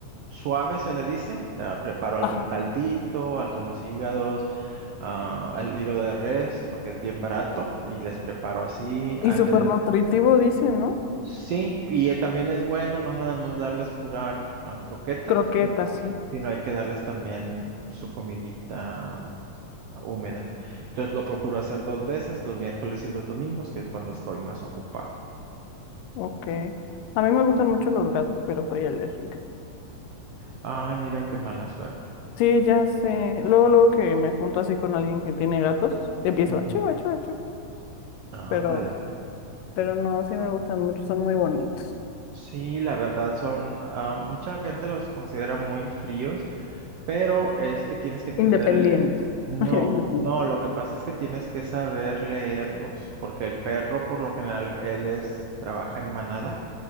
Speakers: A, on the right; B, on the left.
A: suave, se le dice. Ah, preparo algún
B: ajá.
A: caldito, algunos hígados, ah, el hígado de res, porque es bien barato y les preparo así.
B: Y
A: A
B: súper
A: veces
B: nutritivo dicen, ¿no?
A: sí, y eh, también es bueno no nada más darles pura ah, croqueta,
B: Croquetas,
A: sí,
B: sí.
A: sino hay que darles también su comidita húmeda. Entonces lo procuro hacer dos veces, los miércoles y los domingos, que es cuando estoy más ocupado.
B: Ok. A mí me gustan mucho los gatos, pero soy alérgica.
A: Ay, mira qué mala suerte.
B: Sí, ya sé. Luego, luego que me junto así con alguien que tiene gatos, empiezo
A: Ujú.
B: a chu, achu, achu.
A: Ándale.
B: Pero, pero no, sí me gustan mucho, son muy bonitos.
A: Sí, la verdad son, ah, mucha gente los considera muy fríos, pero es que tienes que entender
B: Independientes.
A: el... No,
B: <laughs> Independientes.
A: no, lo que pasa es que tienes que saber leerlos, porque el perro por lo general, él es, trabaja en manada,